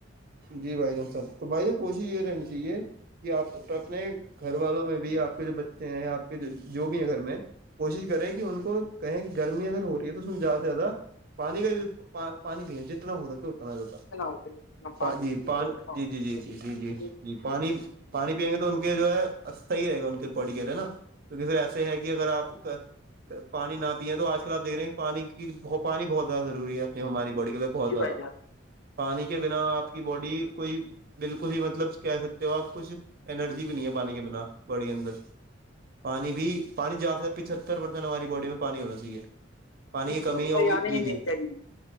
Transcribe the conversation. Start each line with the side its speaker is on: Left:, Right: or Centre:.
Right: جی بھائی جان سب تو بھائی جان کوشش یہ رہنی چاہیے کہ آپ اپنے گھر والوں میں بھی آپ کے جو بچے ہیںیا آپ کے جو بھی ہے گھر میں کوشش کریں کہ ان کو کہیں کہ گرمی اگر ہو رہی ہے تو اس میں زیادہ سے زیادہ پانی کا پانی پیے جتنا ہوتا کہ اتنا جتا
Left: <unintelligible>
Right: پ جی
Left: کی
Right: پان
Left: اور پانی
Right: جی
Left: کی
Right: جی جی
Left: شہر۔
Right: جی جی جی جی پانی پانی پئیں گے تو ان کے جو ہے صحی رہے گا ان کے باڈی کے لیے نا کیونکہ پھر ایسے ہے کہ اگر آپ پانی نہ پیے تو آج کل آپ دیک رہے ہیں پانی کی پانی بہت زیادہ ضروری ہے اپنی ہماری باڈی کے لیے بہت
Left: جی
Right: زیادہ
Left: بھائی جان
Right: پانی کے بنا آپ کی باڈی کوئی بالکل ہی مطلب کہہ سکتے ہو آپ کچھ انرجی بھی نہیں ہے پانی کے بنا باڈی اندر پانی بھی پانی جیاد پچہتر پرسینٹ ہماری باڈی میں پانی ہونا چاہیے پانی کی کمی
Left: کمتائی
Right: ہوگی
Left: آنی
Right: جی
Left: ہی
Right: جی
Left: نہیں چاہیے